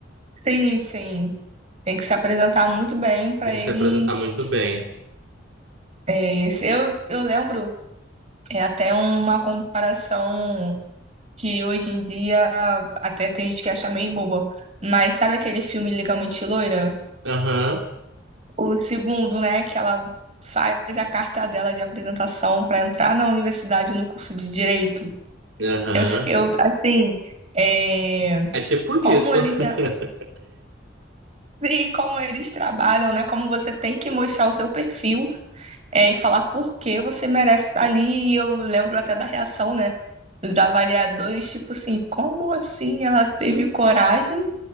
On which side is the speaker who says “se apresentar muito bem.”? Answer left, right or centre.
Right